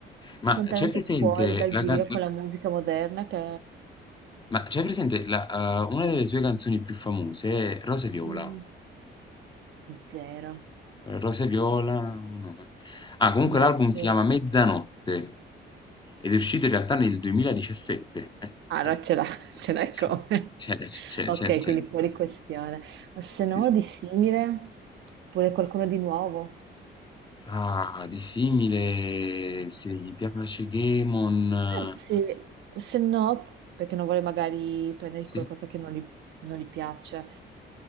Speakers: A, on the left; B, on the right.
A: ma
B: Sono
A: c'è
B: talmente
A: presente
B: fuori dal
A: la,
B: giro
A: can-
B: con la musica moderna che...
A: ma c'è presente la, eh, una delle sue canzoni più famose, Rose e Viola?
B: Mm, Zero.
A: Rose viola, no. Ah, comunque
B: No,
A: l'album
B: proprio-
A: si chiama Mezzanotte ed è uscito in realtà nel 2017. Eh,
B: allora
A: eh,
B: ce l'ha, <laughs> ce l'hai
A: sì.
B: come.
A: C'è, c'è,
B: Ok,
A: c'è, c'è.
B: quindi fuori questione. Ma se
A: Sì,
B: no,
A: sì.
B: di
A: sì.
B: simile, pure qualcuno di nuovo.
A: Ah, di simile, se gli piace Gamon,
B: Anzi,
A: eh,
B: se no, perché non vuole magari prendere
A: sì.
B: qualcosa che non gli, non gli piace.